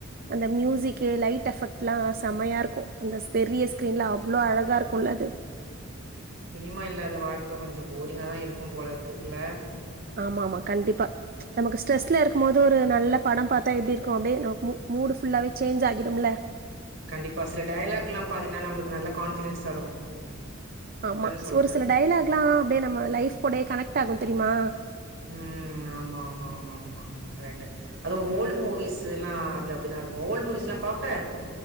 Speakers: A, on the right; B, on the right.
A: அந்த மியூசிக்கு லைட் எஃபெக்ட்லா செமையா இருக்கு அந்த பெரிய ஸ்க்ரீனல அவ்ளோ அழகா இருக்குல்ல அது
B: சினிமா இல்லாத வாழ்க்க கொஞ்சோ போரிங்காக தா இருக்கு போல இருக்கு இல்ல
A: ஆமா ஆமா கண்டிப்பா நமக்கு ஸ்ட்ரெஸ்ல இருக்கும்போது ஒரு நல்ல படம் பாத்தா இருக்கு அப்டியே நமக் மூ மூடு ஃபுல்லாவே சேஞ் ஆகிடும்ல
B: கண்டிப்பாக சில டயலாக்கெலா பாத்தீங்கன்னா நம்மளுக்கு நல்ல கான்ஃபிடென்ஸ் தரு
A: ஆமா
B: அதான சொல்ற
A: ஒரு சில டைலாக் ல்லா அப்டியே நம்ம லைஃப் கூட கனெக்ட் ஆகு தெரியுமா
B: ம் ஆமா ஆமா ஆமா ஆமா ஆமா கரெக்ட் அதுவு ஓல்டு மூவிஸ்ல்லா அதுல அப்டிதா இருக்கு ஓல்டு மூவிஸ்ல்லா பாப்ப